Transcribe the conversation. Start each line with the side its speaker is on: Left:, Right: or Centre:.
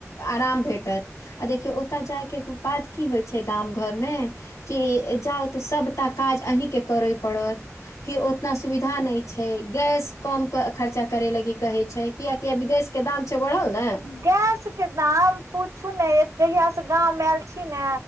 Left: आराम भेटत आ देखियऔ ओतय जाय के बाद की होइ छै गाम घर मे कि जाउ तऽ सभटा काज अहीं के करे पड़त फिर ओतना सुविधा नय छै गैस कम खर्चा करे लागी कहै छै कियकि अभी गैस के दाम छै बढ़ल ने
Right: गैस के दाम पूछू ने जहिय से गाँव मे आयल छी ने